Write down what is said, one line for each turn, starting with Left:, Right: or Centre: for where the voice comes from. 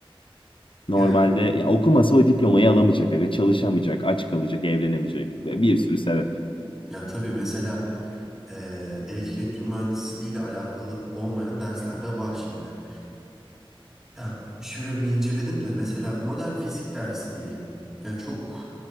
Left: Normalde
Centre: yani.
Left: ya okumasa o diplomayı alamayacak aga, çalışamayacak, aç kalacak, evlenemeyecek ve bir sürü sebep.
Centre: Ya tabii mesela eee elektrik elektronik mühendisliği ile alakalı olmayan dersler de var şimdi. Ya şöyle bir inceledim de mesela modern fizik dersi diyelim. Ya çok